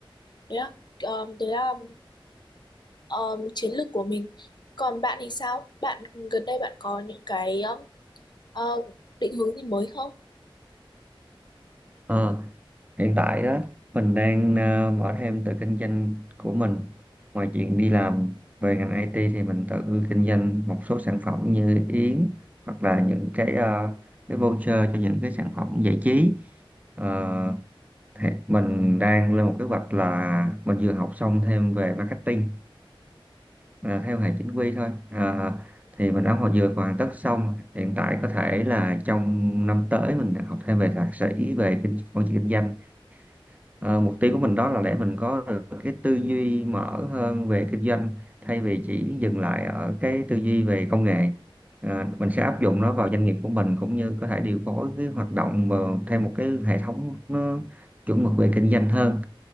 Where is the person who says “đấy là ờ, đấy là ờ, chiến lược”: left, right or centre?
Left